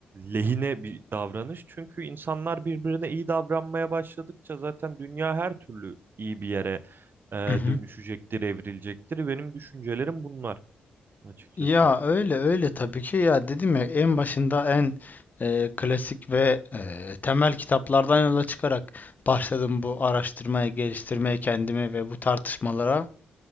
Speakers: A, on the right; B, on the left.
A: lehine bir davranış. Çünkü insanlar birbirine iyi davranmaya başladıkça zaten dünya her türlü iyi bir yere e, dönüşecektir,
B: <clears throat> Hı hı.
A: evrilecektir. Benim düşüncelerim bunlar açıkçası.
B: Ya öyle öyle tabii ki ya dedim ya en başında en e, klasik ve e, temel kitaplardan yola çıkarak başladım bu araştırmaya, geliştirmeye kendimi ve bu tartışmalara.